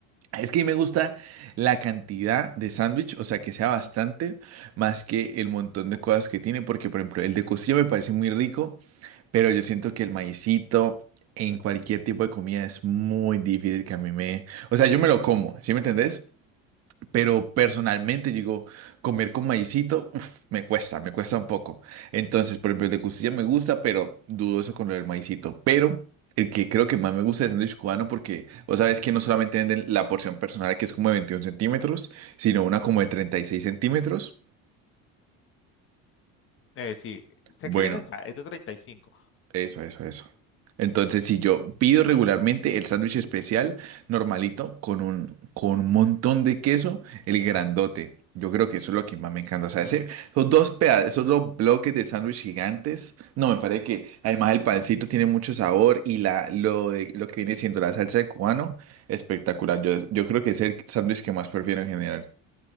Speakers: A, on the right (about 45°); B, on the left (about 35°).
A: es que a mí me gusta la cantidad de sándwich, o sea, que sea bastante más que el montón de cosas que tiene, porque, por ejemplo, el de costilla me parece muy rico, pero yo siento que el maicito en cualquier tipo de comida es muy difícil que a mí me. O sea, yo me lo como, ¿sí me entendés? Pero personalmente, digo, comer con maicito, uf, me cuesta, me cuesta un poco. Entonces, por ejemplo, el de costilla me gusta, pero dudoso con lo del maicito. Pero el que creo que más me gusta es el sándwich cubano porque vos sabes que no solamente venden la porción personal, que es como de 21 centímetros, sino una como de 36 centímetros.
B: Eh, sí, sé
A: Bueno,
B: que viene, o sea, es de treinta y cinco
A: Eso, eso, eso. Entonces, si yo pido regularmente el sándwich especial normalito con un, con un montón de queso, el grandote. Yo creo que eso es lo que más me encanta. O sea, ese- esos dos peda- esos dos bloques de sándwich gigantes. No, me parece que además el pancito tiene mucho sabor y la, lo de, lo que viene siendo la salsa de cubano, espectacular. Yo, yo creo que es el sándwich que más prefiero en general.